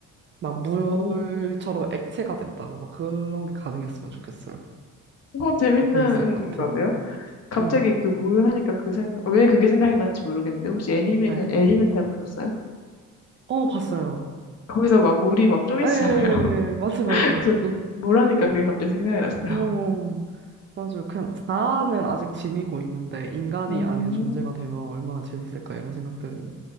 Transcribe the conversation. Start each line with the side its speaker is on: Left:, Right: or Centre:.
Right: 막 물처럼
Left: 오,
Right: 액체가 됐다고 막 그런 게 가능했으면 좋겠어요.
Left: 어, 재밌는
Right: 재밌을 것 같아요.
Left: 건데요? 갑자기
Right: 음.
Left: 그 물 하니까 그 생각, 왜 그게 생각이 나는지 모르겠는데, 혹시 애니메이션,
Right: 네.
Left: 엘리멘탈 보셨어요?
Right: 어, 봤어요.
Left: 거기서 막 물이 막 쪼개지잖아요.
Right: 예, 맞아요, 맞아요.
Left: <laughs> 그래서
Right: 그,
Left: 물 하니까 그게 갑자기 생각이 났어요.
Right: 어, 맞아요. 그냥 자아는 아직 지니고 있는데 인간이
Left: 음,
Right: 아닌 존재가 되면 얼마나 재밌을까 이런 생각들을